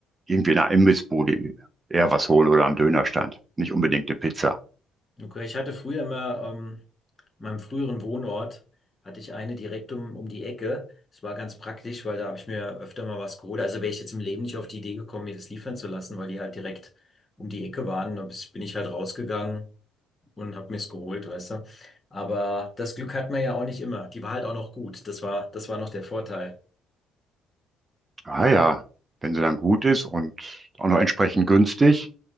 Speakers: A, on the right; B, on the left.
A: irgendwie in einer Imbissbude eher was holen oder am Dönerstand. Nicht unbedingt eine Pizza.
B: Okay, ich hatte früher immer, ähm, in meinem früheren Wohnort, hatte ich eine direkt um, um die Ecke. Es war ganz praktisch, weil da habe ich mir öfter mal was geholt. Also wäre ich jetzt im Leben nicht auf die Idee gekommen, mir das liefern zu lassen, weil die halt direkt um die Ecke waren. Da bis- bin ich halt rausgegangen und habe mir's geholt, weißt du. Aber das Glück hat man ja auch nicht immer. Die war halt auch noch gut. Das war, das war noch der Vorteil.
A: Ah ja, wenn sie dann gut ist und auch noch entsprechend günstig.